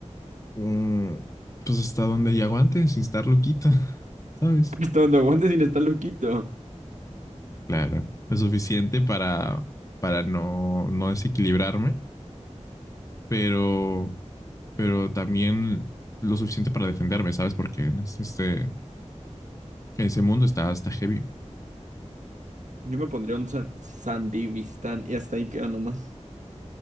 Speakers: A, on the left; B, on the right.
A: Mm, pues hasta donde hay aguante, sin estar loquita, <laughs> ¿sabes?
B: <laughs> Hasta donde aguantes sin estar loquito.
A: Claro, lo suficiente para, para no, no desequilibrarme, pero, pero también lo suficiente para defenderme, ¿sabes? Porque en este, este- ese mundo está, está heavy.
B: Yo me pondría un San Sandivistán y hasta ahí queda nomás.